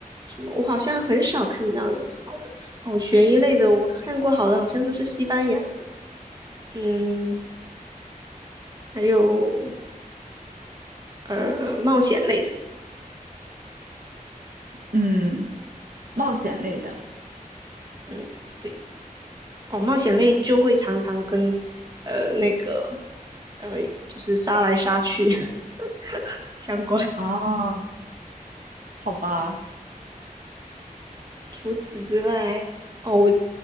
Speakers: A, on the right; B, on the right.
A: 什么？我好像很少看到有好的哦，悬疑类的我看过好的，好像就是西班牙的，嗯，还有呃冒险类的，
B: 嗯，冒险类的
A: 嗯，对，哦，冒险类就会常常跟呃那个呃就是杀来杀去 <laughs> 相关。
B: 哦，好吧，
A: 除此之外，哦，我